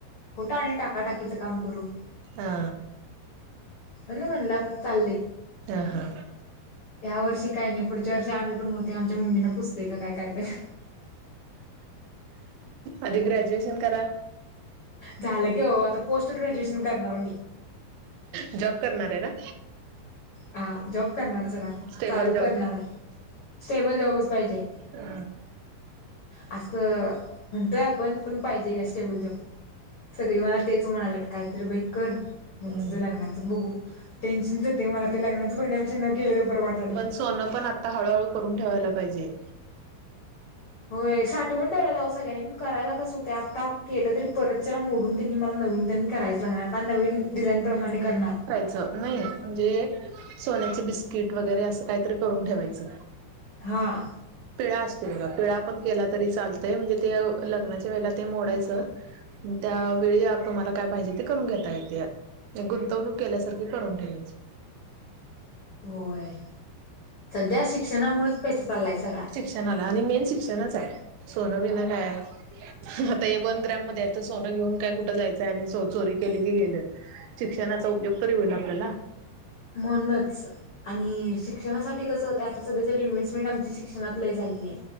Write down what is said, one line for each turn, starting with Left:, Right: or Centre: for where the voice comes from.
Left: कुठं आणि टाकाटाकीचं काम करू
Right: हा
Left: म्हणून म्हणलं आपलं चाललय
Right: ह, ह
Left: या वर्षी काय नाही पुढच्या वर्षी आम्ही पण बहतेक आमच्या मम्मीना पुजतय काय काय माहित
Right: आधी ग्रॅज्युएशन करा
Left: झालं की बाबा आता पोस्ट ग्रॅज्युएशन करणार मी
Right: जॉब करणार आहे ना
Left: आ जॉब करणार आहे सोडा
Right: स्टेबल
Left: चालू
Right: जॉब
Left: करनार आहे सेबल जॉबच पाहिजे
Right: हम्म
Left: असं म्हणतोय आपण पण पाहिजे घ्या स्टेबल जॉब सगळी मला तेच म्हणालेत कायत बाई कर
Right: हम्म
Left: मग तुझं लग्ना बघू. टेन्शनच येतंय मला ते लग्नाचं. बघण्यापेक्षा न केलेलं बरं. वाटालंय
Right: पण सोनं पण, आता हळूहळू करून ठेवायला पाहिजे.
Left: होय. सा मोडून ठेवलेत आव सगळ्यांनी. पण करायला कसं होतय. आता केलं तरी, परत चला मोडून त्यांनी मला नवीन त्यांनी करायचं लागणार. नवीन, डिझाईनप्रमाणे करणार.
Right: चं नाही. म्हणजे, सोन्याचं बिस्किट वगैरे, असं काहीतरी करून ठेवायचं.
Left: हांआ.
Right: पिळा असतोय बघा. पिळा पण केला तरी चालतय. म्हणजे, ते लग्नाच्या वेळेला ते मोडायचं. त्यावेळी आ तुम्हाला काय पाहिजे? ते करून घेता येतया. गुंतवणूक केल्यासारखी, करून ठेवायची.
Left: होय. सध्या शिक्षणामुळेच पैसा चाललाय सगळा.
Right: शिक्षणाला आणि मेन शिक्षचाय. सोनं- बिना काय? आता हे वन ग्राम मध्येय, तर सोनं घेऊन काय, कुठं, जायचंय? आणि सो चोरी केली की, गेलं. शिक्षणाचा उपयोग तरी होईल आपल्याला.
Left: मनूनच आणि शिक शिक्षणासाठी कस होतंय, आता सध्याच्या इन्हेस्टमेट आमची शिक्षणात झालीय.